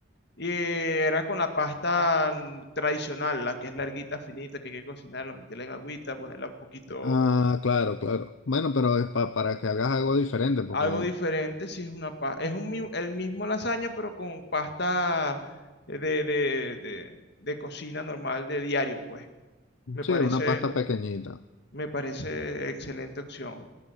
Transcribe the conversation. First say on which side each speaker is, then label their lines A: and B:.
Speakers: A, on the left (about 60°); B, on the left (about 75°).
A: y era con la pasta mm, tradicional, la que es larguita, finita, que hay que cocinarla, meterla en agüita, ponerla un poquito,
B: Ah, claro, claro. Bueno, pero es pa- para que hagas algo diferente, porque
A: algo diferente, si es una pa- es un, mi- el mismo lasaña, pero con pasta eh, de, de, de, de cocina normal de diario, pues. Me
B: sí,
A: parece
B: una pasta pequeñita.
A: Me parece excelente opción.